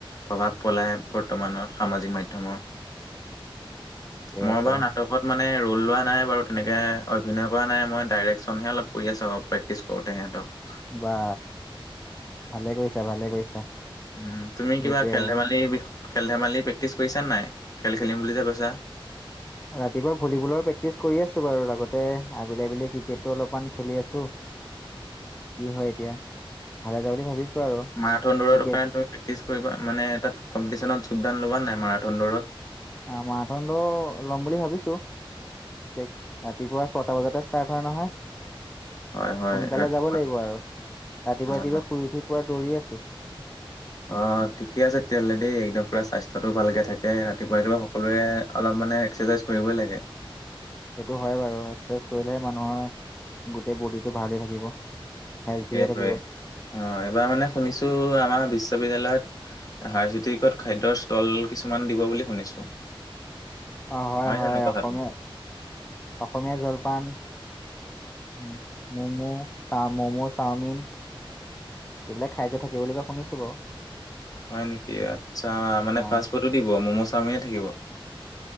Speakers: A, on the left (about 40°); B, on the left (about 20°).
A: প্ৰভাৱ পলাই বৰ্তমানত সামাজিক মাধ্যমৰ,
B: ঠিকে
A: মই
B: আছে
A: বাৰু না টকত মানে ৰল লোৱা নাই বাৰু তেনেকে, অভিনয় কৰা নাই মই ডাইৰেকশ্যনহে অলপ কৰি আছোঁ অ পেকটিছ কৰোঁতে সিহঁতক।
B: বা। ভালে কৰিছা ভালে কৰিছা
A: উম। তুমি কিবা
B: সেইটোৱে
A: খেল
B: আৰু
A: ধেমালি বি খেল ধেমালি প্ৰেক্টিছ কৰিছা নাই? খেল খেলিম বুলি যে কৈছা?
B: ৰাতিপুৱা ভলীবলৰ প্ৰেক্টিচ কৰি আছো বাৰু লগতে আবেলি আবেলি ক্ৰিকেটো অলপমান খেলি আছো।
A: <inaudible>
B: কি হয় এতিয়া? ভালে যাব বুলি ভাবিছো আৰু
A: মাৰাঠুন দৌৰৰ
B: ক্ৰিকেট
A: কাৰণে তু প্ৰেক্টিচ কৰিবা, মানে তাত কম্পিটিচনত যোগদান ল'বা নাই, মাৰাথন দৌৰত?
B: আ মাৰাঠুন দৌ লম বুলি ভাবিছো। <unintelligible> ৰাতিপুৱা ছটা বজাতে ষ্টাৰ্ট হয় নহয়।
A: হয় হয়
B: সোনকালে
A: ৰাতিপুৱাতে
B: যাব লাগিব আৰু। ৰাতিপুৱা
A: অ
B: ৰাতিপুৱা
A: অ
B: শুই উঠি পোৰা দৌৰি আছো।
A: অ', ঠিকে আছে তেতিয়াহ'লে দেই। একদম পুৰা স্বাস্থ্যতো ভালকে থাকে। ৰাতিপুৱা ৰাতিপুৱা সকলোৱে অলপ মানে এক্সেচাইজ কৰিবই লাগে।
B: সেইটো হয় বাৰু এক্সেজ কৰিলেহে মানুহৰ গোটেই বডিটো ভালে থাকিব। হেল্ডি
A: এইটোৱে
B: হৈ থাকিব
A: অ, এবাৰ মানে শুনিছো আমাৰ বিশ্ববিদ্যালয়ত হাৰজিতিকত খাদ্যৰ ষ্টল কিছুমান দিব বুলি শুনিছো।
B: অ', হয়, হয়।
A: জানো কথাটো
B: অসমীয়া অসমীয়া জলপান উম, ম'ম' চা ম'ম', চাওমিন এইবিলাক খাই যে থাকে বুলিবা শুনিছো বাও।
A: হয় নেকি আচ্ছা। মানে,
B: হয়
A: ফাষ্ট ফুডো দিব ম'ম', চাওমিন থাকিব।